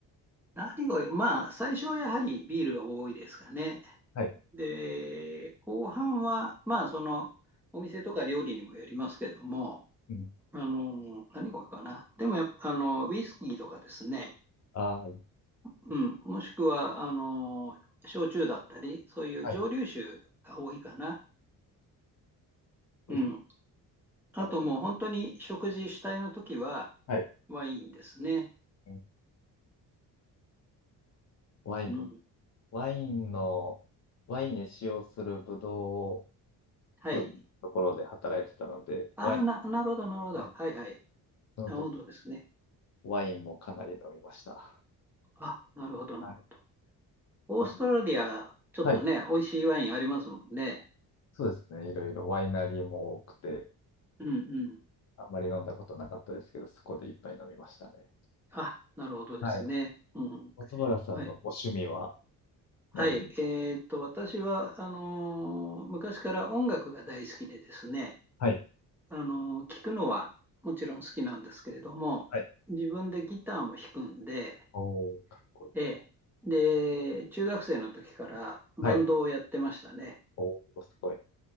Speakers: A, in the centre; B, on the left (about 45°).
A: 何が多い、まあ、最初はやはりビールが多いですかね。
B: はい。
A: で、後半は、まあ、その、お店とか料理にもよりますけども、
B: うん。
A: あの、何が多いかな。でもやっぱ、あの、ウイスキーとかですね、
B: あ
A: うん、もしくは、あの、焼酎だったり、そういう蒸留酒が多いかな。
B: あ、はい。ウイスキー
A: うん。あともう本当に食事主体の時は、
B: またはい。
A: ワインですね。
B: うんワイン、
A: うん。
B: ワインの、ワインに使用するブドウを
A: はい。
B: 取るところで働いてたので、
A: ああ、
B: ワイン、
A: な、なるほど、なるほど。
B: はい
A: はいはい。
B: その時、
A: なるほどですね。
B: ワインもかなり飲みました。
A: あ、なるほど、
B: はい
A: なるほど。オーストラリア、
B: ま
A: ちょっとね、
B: はい、
A: 美味しいワインありますもんね。
B: そうですね。いろいろワイナリーも多くて、
A: うんうん。
B: あんまり飲んだことなかったですけど、そこでいっぱい飲みましたね。
A: あ、なるほどですね。
B: はい。
A: うん。
B: 松原さんのご趣味は
A: はい。はい。
B: 何
A: えーっと、私は、あのー昔から音楽が大好きでですね、
B: はい。
A: あのー聞くのはもちろん好きなんですけれども、
B: はい
A: 自分でギターも弾くんで、
B: おー、かっこいい。
A: ええで、中学生の時からバンドをやってましたね。
B: はい。おー、すごい。